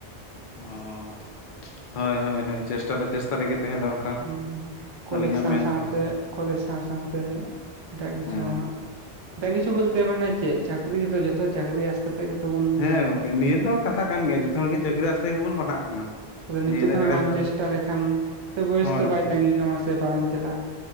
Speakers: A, on the left; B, on the right.
A: ᱚᱸ ᱦᱳᱭ ᱦᱚᱭ ᱦᱚᱭ ᱪᱮᱥᱴᱟ ᱫᱚ ᱪᱮᱥᱴᱟ ᱨᱮᱜᱮ ᱛᱟᱦᱮᱸ ᱫᱚᱨᱠᱟᱨ
B: ᱦᱩᱸ ᱦᱩᱸ ᱠᱚᱞᱮᱡᱽ
A: ᱟᱹᱞᱤᱧᱟᱜ
B: ᱥᱟᱶ
A: ᱢᱮᱱ
B: ᱥᱟᱶᱛᱮ
A: ᱛᱮᱦᱚᱸ
B: ᱠᱚᱞᱮᱡᱽ ᱥᱟᱶ ᱥᱟᱶᱛᱮ ᱮᱴᱟᱜ ᱠᱤᱪᱷᱩ
A: ᱦᱮᱸ
B: ᱦᱚᱸ ᱦᱟᱸᱜ ᱮᱴᱟᱜ ᱠᱤᱪᱩ ᱵᱚᱞ ᱛᱮ ᱢᱟᱱᱮ ᱪᱮᱫ ᱪᱟᱹᱠᱨᱤ ᱜᱮᱛᱚ ᱡᱚᱛᱚ ᱪᱟᱹᱠᱨᱤ ᱠᱟᱛᱮᱜ ᱜᱮᱛᱚ ᱵᱚᱱ
A: ᱦᱮᱸ ᱜᱚᱝᱠᱮ ᱱᱤᱭᱟᱹ ᱫᱚ ᱠᱟᱛᱷᱟ ᱠᱟᱱ ᱜᱮᱭᱟ ᱡᱚᱛᱚ ᱦᱚᱲ ᱜᱮ ᱪᱟᱹᱠᱨᱤ ᱟᱥᱛᱮ ᱜᱮᱵᱚᱱ ᱯᱟᱲᱦᱟᱜ ᱠᱟᱱᱟ᱾
B: ᱛᱚᱵᱮ ᱱᱤᱛᱚᱜ
A: ᱱᱤᱭᱟᱹ ᱫᱚ
B: ᱠᱷᱚᱱᱟᱜ
A: ᱮᱲᱮ
B: ᱵᱟᱢ
A: ᱫᱚ
B: ᱪᱮᱥᱴᱟ ᱞᱮᱠᱷᱟᱱ ᱥᱮ ᱵᱚᱭᱮᱥ
A: ᱦᱳᱭ
B: ᱫᱚ ᱵᱟᱭ
A: ᱦᱳᱭ
B: ᱛᱟ. ᱸᱜᱤ ᱠᱟᱢᱟ ᱥᱮ ᱯᱟᱨᱚᱢ ᱪᱟᱞᱟᱜᱼᱟ